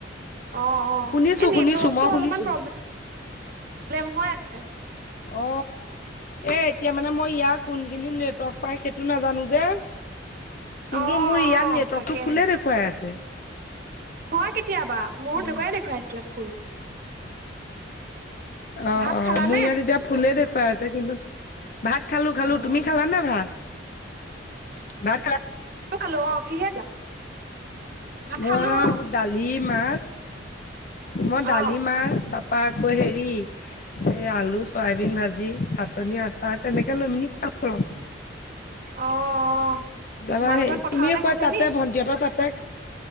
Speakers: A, on the right; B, on the left.
A: অ অ
B: শুনিছো
A: এই নেটৱৰ্কটো
B: শুনিছো মই শুনিছো
A: অলপমান প্ৰব্ লেম হৈ আছে।
B: অ। এ এতিয়া মানে মই ইয়াৰ কোনখিনি নেটক পাই সেইটো নাজানো যে।
A: অ'
B: কিন্তু মোৰ ইয়াত
A: অ'
B: নেটৱৰ্কতটো
A: তাকেহে
B: ফুলে দেখুৱাই আছে।
A: হয় কেতিয়াবা মোৰো
B: উম
A: তেনেকুৱাইে দেখুৱাই আছিলে ফুল।
B: অ
A: ভাত
B: অ
A: খালানে?
B: মোৰ ইয়াত এতিয়া ফুলেই দেখুুৱাই আছে কিন্তু। ভাত খালো খালো
A: অ'
B: তুমি খালা নে ভাত ভাত খাল।
A: ত খালো অ কিহে খালা। ভাত
B: মই
A: খালো অ'
B: দালি, মাছ মই দালি
A: অ'
B: মাছ ত। পা আকৌ হেৰি এই আলু, চয়াবিন ভাজি, চাটনি আচাৰ তেনেকে লৈমেলি। <unintelligible>
A: অ'
B: তাৰপৰা
A: মামীহঁত
B: সেই
A: পথাৰলৈ
B: তুমি কোৱা
A: গৈছে
B: তাতে
A: নি?
B: ভন্টিহতৰ তাতে।